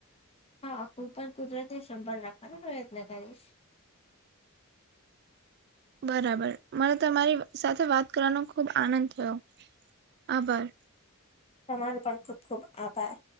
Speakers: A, on the left (about 25°); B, on the right (about 50°).
A: હા. હું પણ કુદરતને સંભાળ રાખવાનો પ્રયત્ન કરીશ.
B: બરાબર. મને તમારી સાથે વાત કરવાનો ખૂબ આનંદ થયો, આભાર.
A: તમારો પણ ખૂબ-ખૂબ આભાર.